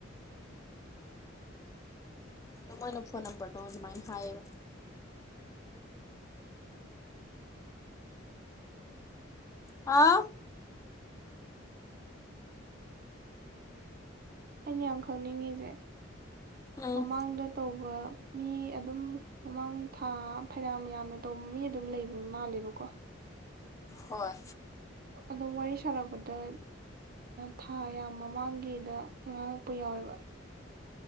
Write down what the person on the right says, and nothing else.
ꯑꯩꯅ ꯌꯥꯝ ꯈꯪꯅꯤꯡꯉꯤꯁꯦ
ꯃꯃꯥꯡꯗ ꯇꯧꯕ ꯃꯤ ꯑꯗꯨꯝ ꯃꯃꯥꯡ ꯊꯥ ꯐꯩꯅꯥꯝ ꯌꯥꯝꯅ ꯇꯧꯕ ꯃꯤ ꯑꯗꯨꯝ ꯂꯩꯕ ꯃꯥꯜꯂꯦꯕꯀꯣ
ꯑꯗꯨꯝ ꯋꯥꯔꯤ ꯁꯥꯔꯛꯄꯗ ꯊꯥ ꯌꯥꯝ ꯃꯃꯥꯡꯒꯤꯗ ꯉꯥꯡꯉꯛꯄ ꯌꯥꯎꯋꯦꯕ